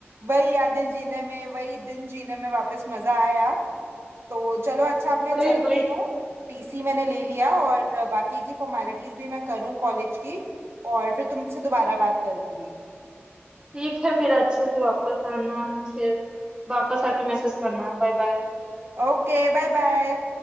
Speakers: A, on the right (about 65°); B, on the right (about 25°).
A: वही यादें जीने में वही दिन जीने में वापस मजा आया तो चलो अच्छा अब मैं
B: वही
A: चलती
B: वही
A: हूँ टीसी मैंने ले लिया और बाकी की फॉर्मेलिटीज भी मैं करूँ कॉलेज की और फिर तुमसे दोबारा बात करूँगी
B: ठीक है फिर अच्छे से वापस आना फिर वापस आके मैसेज करना बाय बाय
A: Okay bye bye